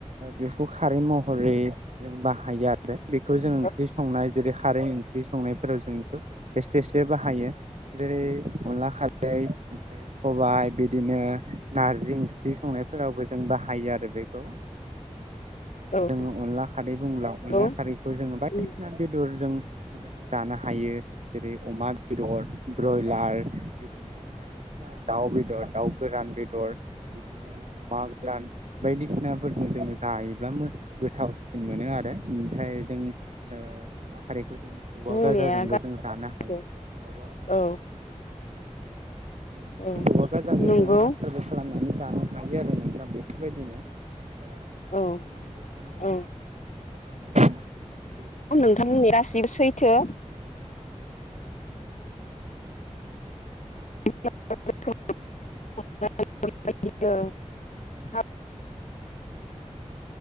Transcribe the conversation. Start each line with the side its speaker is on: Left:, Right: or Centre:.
Right: बेखौ खारै महरै जों बाहायो बे बेखौ जों
Left: नंगौ
Right: ओंख्रि संनाय जेरै खारै ओंख्रि संनायफोराव जों बेखौ एसेथ एसे बाहायो। जेरै अनला खारै ओमफ्राय सबाय बिदिनो नारजि ओंख्रि संनायफोरावबो जों बाहायो आरो बेखौ
Left: औ
Right: जोङो अनला खारै बुंब्ला अनला
Left: नंगौ औ
Right: खारैखौ जोङो बायदिसिना
Left: औ
Right: बेदर जों जों जानो हायो। जेरै अमा बेदर ब्रयलार बिदिनो बायदिना दाउ बेदर दाउ गोरान बेदर बिदिनो अमा गोरान बायदिसिनाफोरनो जोङो सानो। जायोब्ला गोथावसिन मोनो आरो ओमफ्राय जों अनला खारैखौ जों औवा
Left: बुंनाया
Right: गाजाजोंबो जों जानो
Left: गासैबो
Right: हायो औा
Left: औ
Right: बेनि
Left: औ
Right: ज
Left: नंगौ
Right: जोङो खालामनानै जानो ह जादों न दा बेफोरबायदिनो जों
Left: औ
Right: जेखनो जों
Left: औ
Right: गोथाव <unintelligible>
Left: नोंथांमोननि रासिबो सैथो
Right: औ
Left: <unintelligible>